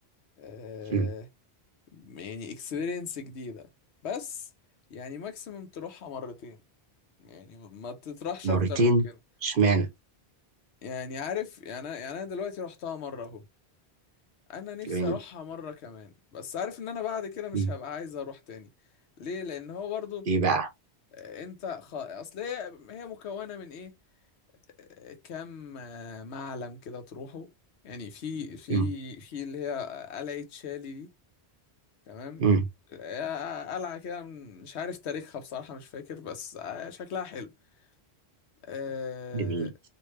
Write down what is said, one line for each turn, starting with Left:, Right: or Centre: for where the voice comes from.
Left: آه،
Right: مم.
Left: يعني اكسبيرينس جديدة بس يعني ماكسيموم تروحها مرتين يعني ما تطرحش
Right: مرتين
Left: اكتر من كده
Right: اشمعنى
Left: يعني عارف يعني انا يعني انا دلوقتي رحتها مرة اهو انا نفسي
Right: جميل
Left: اروحها مرة كمان بس عارف ان انا بعد كده مش
Right: مم.
Left: هبقى عايز اروح تاني ليه لان هو برضو
Right: ايه بقى
Left: آه، انت خ... اصل هي هي مكونة من ايه آه، كم آه، معلم كده تروحه يعني في في
Right: مم.
Left: في اللي هي قلعة شالي دي تمام
Right: مم.
Left: آه، قلعة كده مش عارف تاريخها بصراحة مش فاكر بس آه، شكلها حلو آه،
Right: جميل